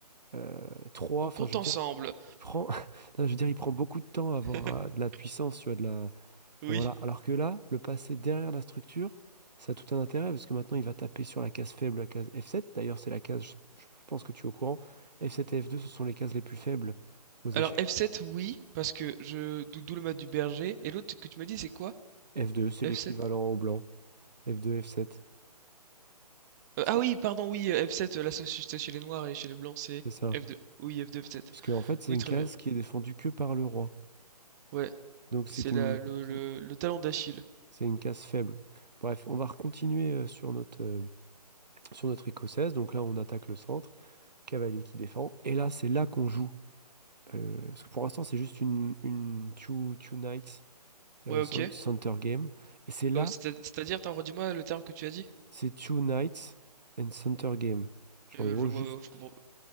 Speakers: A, on the right (about 85°); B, on the right (about 25°).
A: euh, trois.
B: On
A: Enfin,
B: compte
A: je veux
B: ensemble.
A: dire, il prend, <laughs> non, je veux dire, il prend beaucoup de temps à avoir
B: <laughs>
A: euh, de la puissance, tu vois, de la,
B: Oui.
A: Voilà. Alors que là, le passer derrière la structure, ça a tout un intérêt parce que maintenant, il va taper sur la case faible, la case F7. D'ailleurs, c'est la case, je, je pense que tu es au courant. F7 et F2, ce sont les cases les plus faibles aux échecs.
B: Alors F7, oui, parce que je d'o- d'où le mat du berger. Et l'autre que tu m'as dit, c'est quoi?
A: F2, c'est
B: F7.
A: l'équivalent au blanc. F2, F7.
B: Euh,
A: Est-ce
B: ah
A: que t-
B: oui, pardon, oui, euh, F7, euh, la société chez les noirs et chez les blancs, c'est
A: c'est ça?
B: F2. Oui, F2, F7.
A: Parce que, en fait, c'est
B: Oui,
A: une
B: très
A: case
B: bien.
A: qui est défendue que par le roi.
B: Ouais,
A: Donc, c'est
B: c'est
A: une,
B: la, le,
A: c'est
B: le,
A: une
B: le talon d'Achille.
A: c'est une case faible. Bref, on va continuer euh, sur notre, euh, sur notre écossaise. Donc là, on attaque le centre. Cavalier qui défend. Et là, c'est là qu'on joue. Euh, parce que pour l'instant, c'est juste une, une two, two nights euh,
B: Ouais, ok.
A: cen- center game. Et c'est là,
B: Euh, c'est- c'est-à-dire, attends, redis-moi le terme que tu as dit.
A: c'est two nights and center game. Genre,
B: Euh,
A: en gros,
B: je,
A: juste,
B: ouais, ouais, je comprends.